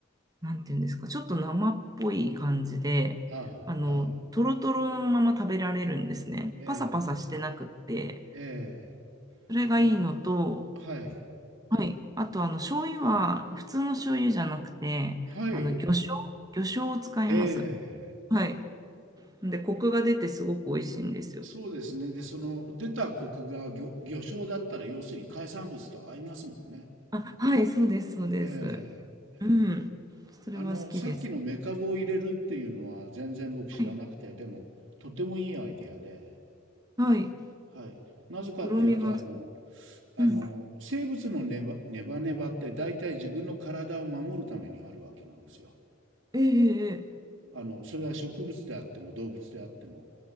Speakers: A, on the right; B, on the right.
A: なんていうんですか、ちょっと生っぽい感じで、
B: ああ、
A: あの、
B: はい。
A: トロトロのまま食べられるんですね。
B: え
A: パサパサしてなくって、
B: え、
A: それがいいのと、
B: えーあの、はい、
A: はい。あと、あの、醤油は、普通の醤油じゃなくて、
B: はい、
A: あの、魚醤、魚醤を使います。
B: ええ。
A: はい。で、コクが出てすごく美味しいんですよ。
B: そうですね。で、その出た国が魚、魚礁だったら、要するに海産物と合いますもんね。
A: あ、はい、そうです、そうです。
B: ええ、え
A: うん。それは好きです。
B: ーあの、さっきのメカブを入れるっていうのは全然僕知らなくて、
A: はい、
B: でも、とてもいいアイデアで、
A: はい。
B: はい。なぜかっていうと、
A: とろみがつく。
B: あの、あの、
A: うん。
B: 生物のネバネバネバって大体自分の体を守るためにあるわけなんですよ。
A: ええええ
B: あの、それは植物であっても動物であっても。